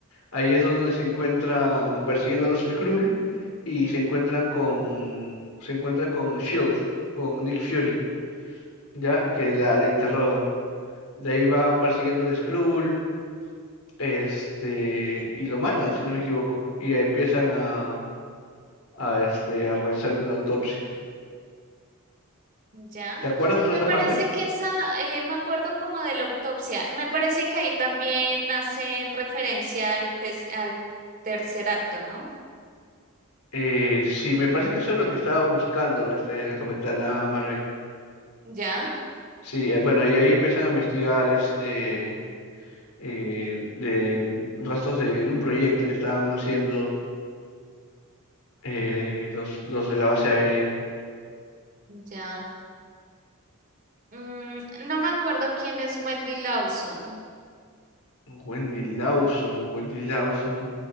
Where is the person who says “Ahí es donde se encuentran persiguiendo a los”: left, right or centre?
Left